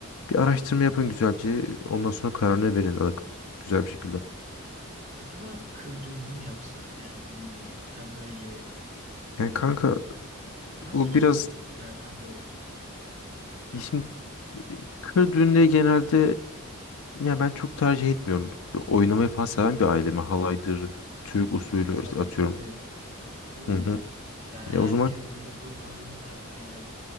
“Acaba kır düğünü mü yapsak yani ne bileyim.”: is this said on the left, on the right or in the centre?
Right